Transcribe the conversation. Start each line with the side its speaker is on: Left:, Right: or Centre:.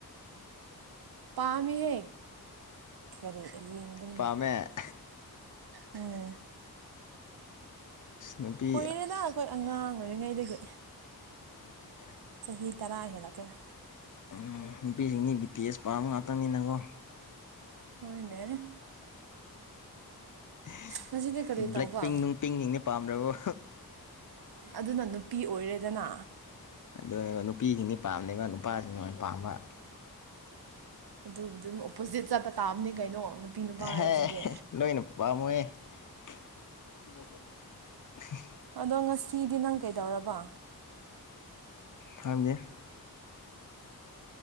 Right: ꯄꯥꯝꯃꯤꯍꯦꯛ ꯀꯔꯤ ꯌꯦꯡꯕꯅꯤꯅꯦ
Left: ꯄꯥꯝꯃꯦ
Right: ꯎꯝ
Left: ꯅꯨꯄꯤ
Right: ꯀꯨꯏꯔꯦꯗ ꯑꯩꯈꯣꯏ ꯑꯉꯥꯡ ꯑꯣꯏꯔꯤꯉꯩꯗꯒꯤ
Left: <inaudible>
Right: ꯆꯍꯤ ꯇꯔꯥ ꯍꯦꯜ ꯀꯌꯥ
Left: ꯑꯪ ꯅꯨꯄꯤꯁꯤꯡꯗꯤ ꯕꯤ ꯇꯤ ꯑꯦꯁ ꯄꯥꯝꯕ ꯉꯥꯛꯇꯪꯅꯤꯅꯀꯣ
Right: ꯍꯣꯏꯅꯦ
Left: <inaudible>
Right: ꯉꯁꯤꯗꯤ ꯀꯔꯤ
Left: ꯕ꯭ꯂꯦꯛ
Right: ꯇꯧꯕ
Left: ꯄꯤꯡ ꯅꯨꯡ ꯄꯤꯡ ꯁꯤꯡꯗꯤ ꯄꯥꯝꯗ꯭ꯔꯕꫭ
Right: ꯑꯗꯨꯅ ꯅꯨꯄꯤ ꯑꯣꯏꯔꯦꯗꯅ
Left: ꯑꯗꯨꯅꯦ ꯅꯨꯄꯤꯁꯤꯡꯅꯤ ꯄꯥꯝꯗꯦꯕ ꯅꯨꯄꯥꯁꯤꯡꯅ ꯑꯣꯏꯅ ꯄꯥꯝꯕ
Right: ꯑꯗꯨꯕꯨ ꯗꯨꯝ ꯑꯣꯄꯣꯖꯤꯠ ꯆꯠꯄ ꯇꯥꯕꯅꯦ ꯀꯩꯅꯣ ꯅꯨꯄꯤ ꯅꯨꯄꯥ
Left: ꯍꯦ
Right: ꯍꯥꯏꯕꯁꯤꯗꯤ
Left: ꯂꯣꯏꯅ <inaudible>
Right: ꯑꯗꯣ ꯉꯁꯤꯗꯤ ꯅꯪ ꯀꯩꯗꯧꯔꯕ
Left: ꯈꯥꯡꯗꯦ